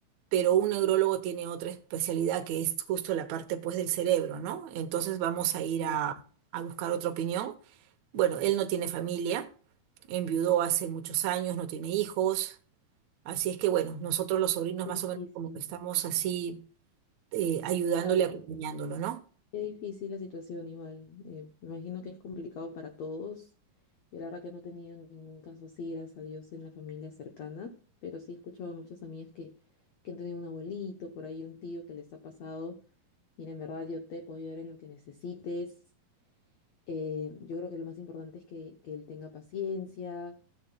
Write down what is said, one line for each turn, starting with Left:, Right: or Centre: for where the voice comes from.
Right: pero un neurólogo tiene otra especialidad que es justo la parte pues del cerebro, ¿no? Entonces vamos a ir
Left: Claro,
Right: a, a buscar otra opinión. Bueno, él no tiene familia, enviudó hace muchos años, no tiene hijos, así es que bueno, nosotros los sobrinos
Left: qué
Right: más
Left: difícil.
Right: o menos como que estamos así eh, ayudándole,
Left: Claro,
Right: acompañándolo, ¿no?
Left: Qué difícil la situación igual. eh, me imagino que es complicado para todos. Yo la verdad que no he tenido ningún caso así, gracias a Dios, en la familia cercana, pero sí he escuchado a muchas amigas que, que han tenido un abuelito, por ahí un tío que les ha pasado. Mira, en verdad yo te puedo ayudar en lo que necesites. Eh, yo creo que lo más importante es que, que él tenga paciencia,